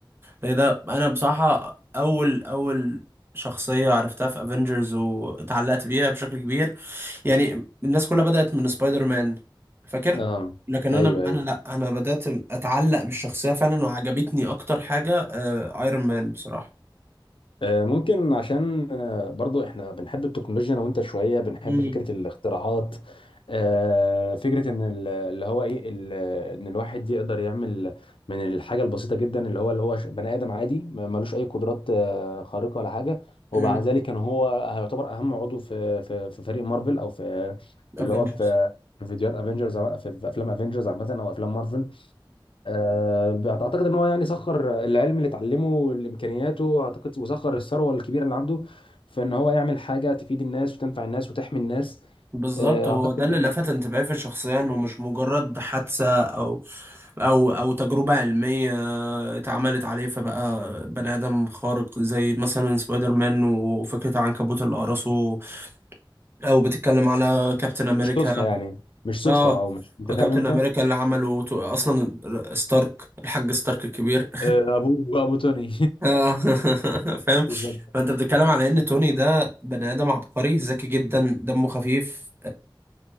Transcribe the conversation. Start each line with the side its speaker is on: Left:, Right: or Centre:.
Right: ايه ده انا بصراحة اول اول شخصية عرفتها في افنجرز واتعلقت بيها بشكل كبير يعني الناس كلها بدأت من سبايدر مان فاكر
Left: اه
Right: لكن
Left: ايوه
Right: انا
Left: ايوه
Right: انا لا انا بدأت اتعلق بالشخصية فعلا وعجبتني اكتر حاجة ايرون مان بصراحة
Left: آه، ممكن عشان آه، برضو احنا بنحب التكنولوجيا انا وانت شويه بنحب
Right: امم
Left: فكره الاختراعات آه، فكره ان ال- اللي هو ايه ال- ان الواحد يقدر يعمل من الحاجه البسيطه جدا اللي هو اللي هو ش- بني ادم عادي ما- ملوش اي قدرات آه، خارقه ولا حاجه ومع
Right: امم
Left: ذلك كان هو يعتبر اهم عضو في في في فريق مارفل او في في اللي
Right: افنجرز
Left: هو في في فيديوهات افنجرز في في افلام افنجرز عامه او افلام مارفل آه، اعتقد ان هو يعني سخر العلم اللي اتعلمه والامكانياته اعتقد وسخر الثروه الكبيره اللي عنده في ان هو يعمل حاجه تفيد الناس وتنفع الناس وتحمي الناس
Right: بالظبط
Left: آه،
Right: هو
Left: اعتقد
Right: ده اللي
Left: ده كان
Right: لفت انتباهي في الشخصية انه مش مجرد حادثة او او او تجربة علمية اتعملت عليه فبقى بني ادم خارق زي مثلا سبايدر مان وفكرة عنكبوت اللي قرصه او بتتكلم على كابتن امريكا
Left: مش صدفه يعني مش صدفه
Right: اه
Left: او مش انت فاهم
Right: كابتن
Left: انت
Right: امريكا اللي عمله تو- اصلا ستارك الحاج ستارك الكبير
Left: آه، ابوه ابو توني
Right: اه <laughs> فاهم
Left: <laughs> بالظبط
Right: فانت بتتكلم على ان توني ده بني ادم عبقري ذكي جدا دمه خفيف